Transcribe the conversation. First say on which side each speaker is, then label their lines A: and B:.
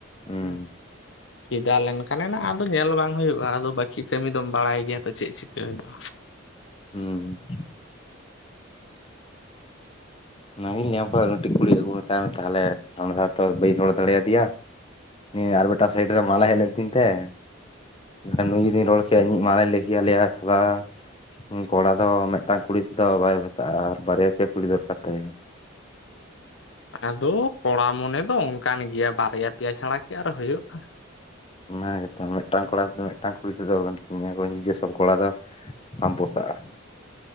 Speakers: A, on the left; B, on the left.
A: ᱦᱩᱸ
B: ᱦᱮᱸ ᱯᱷᱤᱫᱟ ᱞᱮᱱᱠᱷᱟᱱᱮ ᱟᱫᱚ ᱧᱮᱞ ᱵᱟᱝ ᱦᱩᱭᱩᱜᱼᱟ ᱟᱫᱚ ᱵᱟᱹᱠᱤ ᱠᱟᱹᱢᱤ ᱫᱚᱢ ᱵᱟᱲᱟᱭ ᱜᱮᱭᱟ ᱛᱚ ᱪᱮᱫ ᱪᱤᱠᱟᱹᱭ ᱦᱩᱭᱩᱜᱼᱟ
A: ᱦᱮᱸ ᱚᱱᱟᱜᱤᱧ ᱞᱟᱹᱭᱟᱢ ᱯ ᱢᱤᱫᱴᱤᱡ ᱠᱩᱲᱤ ᱟᱹᱜᱩ ᱢᱮᱛᱟᱭ ᱢᱮ ᱛᱟᱦᱚᱞᱮ ᱚᱱᱟᱸ ᱛᱚ ᱵᱟᱹᱧ ᱨᱚᱲ ᱫᱟᱲᱮᱭᱟᱫᱮᱭᱟ ᱱ ᱟᱨ ᱢᱤᱫᱴᱟᱝ ᱥᱟᱭᱰᱨᱮ ᱢᱞᱟ ᱦᱮᱞᱮᱱ ᱛᱤᱱᱛᱮᱮ ᱮᱱᱠᱷᱟᱱ ᱱᱩᱭ ᱡᱩᱫᱤᱧ ᱨᱚᱲ ᱠᱮᱭᱟ ᱤᱧ ᱢᱟᱞᱮᱧ ᱞᱟᱹᱭ ᱠᱮᱭᱟᱞᱮᱭᱟ ᱥᱮᱵᱟ ᱦ ᱠᱚᱲᱟ ᱫᱚ ᱢᱤᱫᱴᱟᱝ ᱠᱩᱲᱤ ᱫᱚ ᱵᱟᱭ ᱵᱷᱟᱛᱟᱜᱼᱟ ᱟᱨ ᱵᱟᱨᱭᱟ ᱯᱮᱭᱟ ᱠᱩᱲᱤ ᱫᱚ ᱠᱟᱛᱮ
B: ᱟᱫᱚ ᱠᱚᱲᱟ ᱢᱚᱱᱮ ᱫᱚ ᱚᱱᱠᱟᱱ ᱜᱮᱭᱟ ᱵᱟᱨᱭᱟ ᱯᱮᱭᱟ ᱪᱷᱟᱲᱟ ᱠᱤ ᱟᱨ ᱦᱳᱭᱳᱜ-ᱟ᱾
A: ᱚᱱᱟ ᱜᱮᱛᱚ ᱢᱤᱫᱴᱟᱝ ᱠᱚᱲᱟ ᱛᱮᱫᱚ ᱢᱤᱫᱴᱟᱝ ᱠᱩᱲᱤ ᱛᱮᱫᱚ ᱱᱤᱡᱮ ᱥᱚᱵ ᱠᱚᱲᱟ ᱫᱚ ᱵᱟᱢ ᱯᱚᱥᱟᱜ-ᱟ